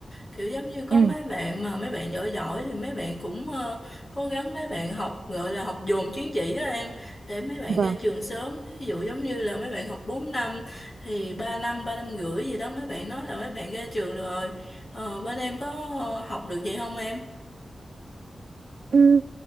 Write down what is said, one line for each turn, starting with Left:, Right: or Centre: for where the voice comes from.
Left: kiểu giống như có
Right: ừ
Left: mấy bạn mà mấy bạn giỏi giỏi thì mấy bạn cũng ờ, cố gắng mấy bạn học gọi là học dồn chứng chỉ á em để mấy bạn
Right: vâng
Left: ra trường sớm ví dụ giống như là mấy bạn học 4 năm thì 3 năm 3 năm rưỡi gì đó mấy bạn nói là mấy bạn ra trường rồi Ờ, bên em có ờ, học được vậy không em
Right: ừ